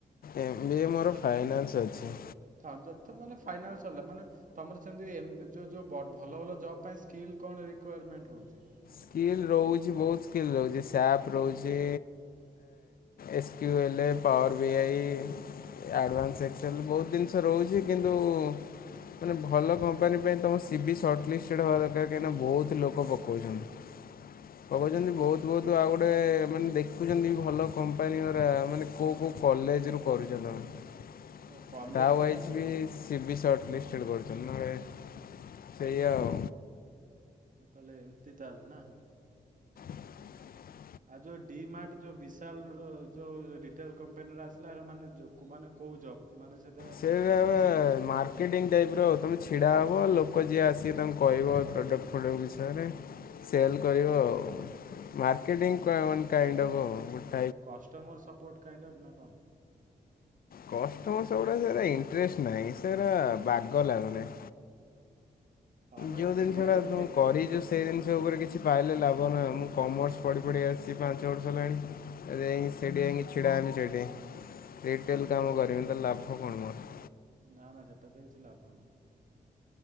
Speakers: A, on the left; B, on the right.
A: ଏମ୍ ବି ଏ ମୋର
B: ତର
A: ଫାଇନାନ୍ସ ଅଛି।
B: ହଁ ଯଦି ମାନେ ଫାଇନାନ୍ସ ହେଲା ମାନେ ତମର ସେମିତି ଯୋ ଯୋଉ ଭଲ ଭଲ ଜବ ପାଇଁ ସ୍କିଲ୍ କଣ ରିକୁଆର୍ମେଣ୍ଟ ହଉଛି?
A: ସ୍କିଲ୍ ରହୁଛି ବହୁତ ସ୍କିଲ୍ ରହୁଛି ସାପ୍ ରହୁଛି। ଏସ୍କ୍ୟୁ ଏଲ୍ ଏ ପାୱର ବିଆଇ ଆଡଭାନ୍ସ ଏକ୍ସେଲ ବହୁତ ଜିନିଷ ରହୁଛି କିନ୍ତୁ। ମାନେ ଭଲ କମ୍ପାନୀ ପାଇଁ ତମ ସିିବି ସର୍ଟଲିିଷ୍ଟେଡ୍ ହବା ଦରକାର କାହିଁକିନା ବହୁତ ଲୋକ ପକଉଛନ୍ତି। ପକଉଛନ୍ତି ବହୁତ ବହୁତ ଆଉ ଗୋଟେ ମାନେ ଦେଖୁଛନ୍ତି ଭଲ କମ୍ପାନୀ ଗରା ମାନେ କଉଁ କଉଁ କଲେଜରୁୁ କରୁଛନ୍ତି
B: ଓ କଲେଜ
A: ତା ୱାଇଜ୍
B: ଦେଖୁଛନ୍ତି
A: ବି ସି ବି ସର୍ଟ ଲିଷ୍ଟେଡ଼୍ କରୁଛନ୍ତି ସେଇଆ ଆଉ
B: ତାହେଲେ ଏମିତି ତାହେଲେ ନା।
A: <inaudible>
B: ଆଉ ଯୋଉ ଡି ମାର୍ଟ ଯୋଉ ବିଶାଲର ଯୋଉ ରିଟେଲ କମ୍ପାନୀର ଆସିଲା ଏଇଟା ମାନେ ମାନେ କୋଉ ଜବ୍ ମାନେ ସେଥିରେ
A: ସେ ଏବେ
B: ମାନେ
A: ମାର୍କେଟିଂ ଟାଇପ୍ ର ତୁମେ ଛିଡ଼ା ହେବ ଲୋକ ଯିଏ ଆସିବେ ତାଙ୍କୁ କହିବ ପ୍ରଡ଼କ୍ଟ ପ୍ରଡ଼କ୍ଟ ବିଷୟରେ ସେଲ୍ କରିବ ଆଉ ମାର୍କେଟିଙ୍ଗ କ କାଇଣ୍ଡ ଅଫ୍ ଆ ଗେ
B: କଷ୍ଟମର୍ ସପୋର୍ଟ କାଇଣ୍ଡ ଅଫ୍ ନା କଣ?
A: କଷ୍ଟମର ସେଗୁଡା ସେ ଇଣ୍ଟଷ୍ଟ ନାହିଁ ସେରା ବାଗ ଲାଗୁନି
B: ହଁ ମ
A: ଯୋଉ
B: ଏରେ
A: ଜିନିଷ
B: ଠିଆ
A: ଟା
B: ହେଇକି
A: ତୁ
B: କେତେ
A: କରିଛୁ
B: ଗପିବ
A: ସେଇ ଜିନିଷ ଉପରେ କିଛି ପାଇଲେ ଲାଭ ନା ମୁଁ କମର୍ସ ପଢ଼ି ପଢ଼ି ଆସିଛି ପାଞ୍ଚ ବର୍ଷ ହେଲାଣି ଆରେଇ ସେଠି ଯଇକି ଛିଡ଼ା ହେମି ସେଇଠି ରିଟେଲ କାମ କରମି ତ ଲାଭ କଣ ମୋର <unintelligible>
B: ନା ନା ସେଟା ତ କିଛି ଲାଭ ନାହିଁ